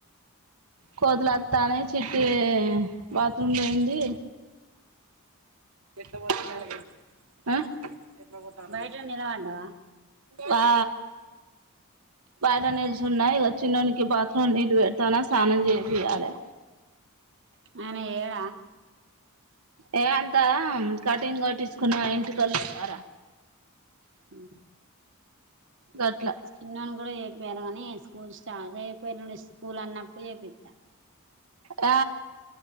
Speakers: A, on the right; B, on the right.
A: కోతులోత్తానయ్ చిట్టీ బాత్రూమ్లో ఎంది ఎట్ల బోతళ్ళగే
B: బయ
A: అ ఎట్లా బోతానళ్ళ
B: బయట
A: కింద
B: నిలబడ్డావా
A: వా బాట నిల్సున్నాయ్గ చిన్నోనికి బాత్రూమ్ ల నీళ్ళు పెడతానా స్నానం చేపియ్యా లే.
B: ఆయనా ఏడా.
A: ఏ అంతా కటింగ్ కొట్టిచుకున్న ఎంటికలు ఉండవార
B: ఉ
A: గట్ల
B: చిన్నోని కూడా చెపియాలె గానీ స్కూల్ స్టార్ట్ రేపు ఎల్లుండి స్కూల్ అన్నప్పుడు చేపిత్త
A: ఆ